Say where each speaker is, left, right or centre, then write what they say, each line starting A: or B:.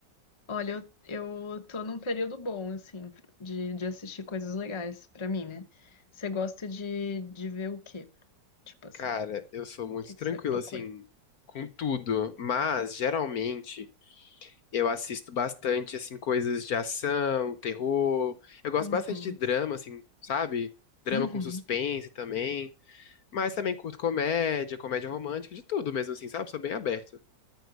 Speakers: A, on the left; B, on the left.
A: Olha, eu, eu tô num período bom, assim, de, de assistir coisas legais pra mim, né? Você gosta de, de ver o quê? Tipo assim,
B: Cara,
A: o
B: eu sou muito
A: que
B: tranquilo,
A: que você procura?
B: assim, com tudo. Mas, geralmente. Eu assisto bastante, assim, coisas de ação, terror. Eu gosto
A: Uhum,
B: bastante de drama, assim, sabe? Drama
A: uhum.
B: com suspense também. Mas também curto comédia, comédia romântica, de tudo mesmo, assim, sabe? Sou bem aberto.